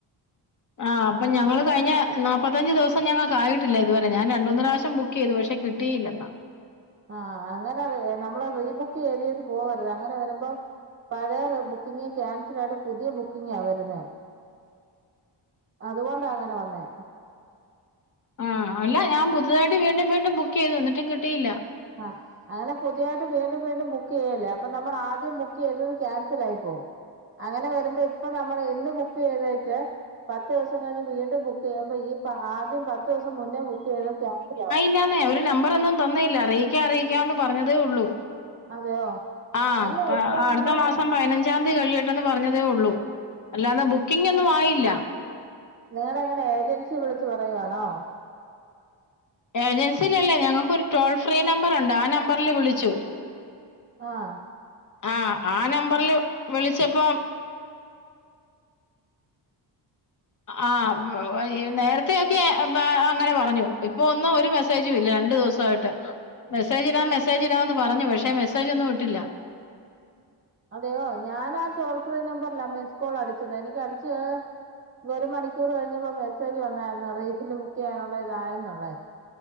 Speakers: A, on the left (about 40°); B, on the right (about 30°).
A: ആഹ് അപ്പം ഞങ്ങള് കഴിഞ്ഞ നാൽപ്പത്തഞ്ച് ദിവസം ഞങ്ങക്ക് ആയിട്ടില്ല ഇതുവരെ ഞൻ രണ്ട്മൂന്ന് പ്രാവശ്യം ബുക്ക് ക്കെയ്തു പക്ഷെ കിട്ടിയില്ലെന്നാ
B: ആഹ് അങ്ങനെ റെ നമ്മള് റീബുക്ക് ചെയ്തത് പോവരുത് അങ്ങനെ വരുമ്പോ പഴയ ബുക്കിംങ് ക്യാൻസൽ ആയിട്ട് പുതിയ ബുക്കിങ്ങാ വരുന്നെ അതുകൊണ്ടാ അങ്ങനെ വന്നേ
A: ആഹ് അല്ല ഞാൻ പുതുതായിട്ട് വീണ്ടും വീണ്ടും ബുക്ക് ചെയ്ത് എന്നിട്ടും കിട്ടിയില്ല
B: ആഹ് അങ്ങനെ പുത്യായിട്ട് വീണ്ടും വീണ്ടും ബുക്ക് ചെയ്യല്ലേ അപ്പൊ നമ്മള് ആദ്യം ബുക്ക് ചെയ്തത് ക്യാൻസൽ ആയിപ്പോവും അങ്ങനെ വരുമ്പോ ഇപ്പൊ നമ്മൾ ഇന്ന് ബുക്ക് ചെയ്തേച്ചാ പത്തൂസം കഴിഞ്ഞ് വീണ്ടും ബുക്ക് ചെയ്യുമ്പോ ഈ ആദ്യം പത്ത് ദിവസം മുന്നേ ബുക്ക് ചെയ്തത് ക്യാൻസൽ ആകും
A: ഇല്ലാന്നേ അവര് നമ്പറൊന്നും തന്നേയില്ല അറിയിക്കാ അറിയിക്കാന്ന് പറഞ്ഞതേ ഒള്ളൂ
B: അതെയോ
A: ആഹ്
B: അല്ല
A: പ്പ
B: ഇപ്പൊ
A: അട്ത്ത
B: നമ്മള്
A: മാസം പയ്നഞ്ച് നഞ്ചാന്തി കഴിയട്ടെന്ന് പറഞ്ഞതേ ഒള്ളൂ അല്ലാതെ ബുക്കിംഗ് ഒന്നും ആയില്ല
B: നിങ്ങള അങ്ങനെ ഏജൻസി വിളിച്ച് പറയുവാണോ
A: ഏജൻസിഞ്ഞുല്ലാ ഞങ്ങക്കൊരു ടോൾ ഫ്രീ നമ്പറുണ്ട് ആ നമ്പറില് വിളിച്ചു
B: ആഹ്
A: ആഹ് ആ നമ്പറില് വിളിച്ചപ്പോ ആഹ് നേരത്തെയൊക്കെ അങ്ങനെ പറഞ്ഞൂ ഇപ്പൊ ഒന്ന് ഒരു മേസ് മെസ്സേജും ഇല്ല രണ്ട് ദിവസമായിട്ട് മെസ്സേജ് ഇടാം മെസ്സേജ് ഇടാംന്ന് പറഞ്ഞു പക്ഷേ മെസ്സേജ് ഒന്നും ഇട്ടില്ല
B: അതെയോ ഞാൻ ആ ടോൾ ഫ്രീ നമ്പറിലാ മിസ്കോൾ അടിച്ചത് എനിക്ക് അടിച്ച് ഒരു മണിക്കൂറ് കഴിഞ്ഞപ്പോ മെസ്സേജ് വന്നായിരുന്നു റീഫില്ല് ബുക്കെയ്യാനുള്ളതായെന്നുള്ളേ